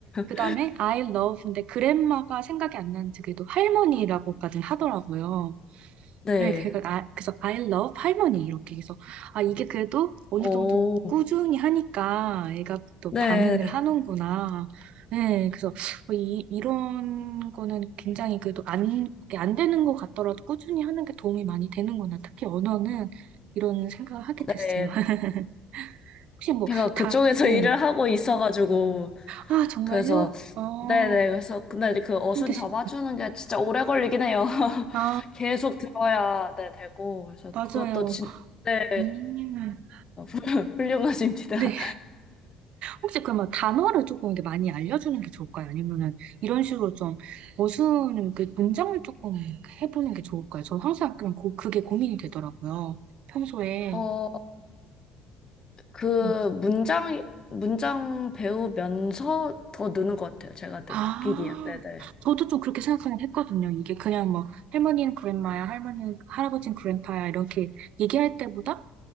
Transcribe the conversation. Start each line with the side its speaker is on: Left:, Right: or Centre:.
Right: 그
Left: <laughs>
Right: 다음에 I love 근데 grandma가 생각이 안 나는지 그래도 할머니라고까지 하더라고요.
Left: 네.
Right: 네, 그래서, 아, 그래서 I love 할머니 이렇게 해서 아 이게 그래도 어느
Left: 오,
Right: 정도 꾸준히 하니까 애가 또
Left: 네.
Right: 반응을 하는구나. 네, 그래서 어, 이 이런 거는 굉장히 그래도 안, 이게 안 되는 것 같더라도 꾸준히 하는 게 도움이 많이 되는구나. 특히 언어는 이런 생각을 하게 됐어요.
Left: 네.
Right: <laughs> 혹시 뭐
Left: 제가 그쪽에서
Right: 다, 네.
Left: <laughs> 일을 하고 있어가지고
Right: 아 정말요?
Left: 그래서
Right: 어
Left: 네네 그래서 근데 이제 그 어순
Right: 힘드시.
Left: 잡아주는 게 진짜 오래 걸리긴 해요. <laughs>
Right: 아
Left: 계속 들어야 네 되고 그래서
Right: 맞아요.
Left: 그것도 진 네.
Right: 음.
Left: <laughs> 훌륭하십니다.
Right: 네. 혹시 그러면 단어를 조금 이렇게 많이 알려주는 게 좋을까요? 아니면은 이런 식으로 좀 어순을, 그 문장을 조금 해보는 게 좋을까요? 저는 항상 그냥 고- 그게 고민이 되더라고요. 평소에.
Left: 어, 그
Right: 음.
Left: 문장 문장 배우면서 더 느는 것 같아요. 제가 느끼기엔.
Right: 아,
Left: 네네.
Right: 저도 좀 그렇게 생각하긴 했거든요. 이게 그냥 뭐 할머니는 그랜마야, 할머니는 할아버지는 그랜파야 이렇게 얘기할 때보다